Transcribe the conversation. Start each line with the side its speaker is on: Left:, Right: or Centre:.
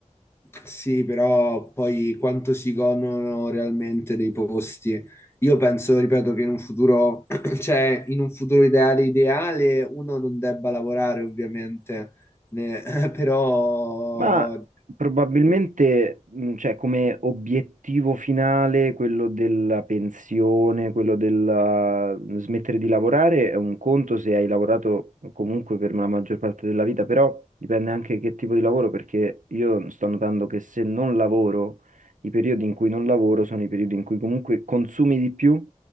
Left: Sì, però poi quanto si godono realmente dei posti? Io penso, ripeto, che in un futuro, <clears throat> cioè in un futuro ideale, ideale, uno non debba lavorare ovviamente, ne- <laughs> però
Right: Ma probabilmente, mh, cioè, come obiettivo finale, quello della pensione, quello del smettere di lavorare, è un conto se hai lavorato comunque per la maggior parte della vita, però dipende anche che tipo di lavoro, perché io sto notando che se non lavoro, i periodi in cui non lavoro sono i periodi in cui comunque consumi di più